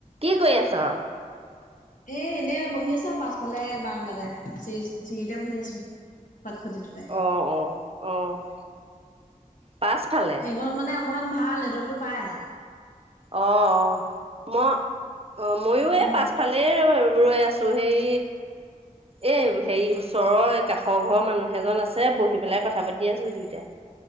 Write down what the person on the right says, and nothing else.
কি কৰি আছ
অ' অ' অ' পাছফালে
অ' অ' ম অ ময়ো এই
পাছফালে এই ৰৈ আছোঁ হেই এ হেৰি ওচৰৰ কাষৰ ঘৰৰ মানুহ এজন আছে বহি পেলাই কথা পাতি আছোঁ দুইটাই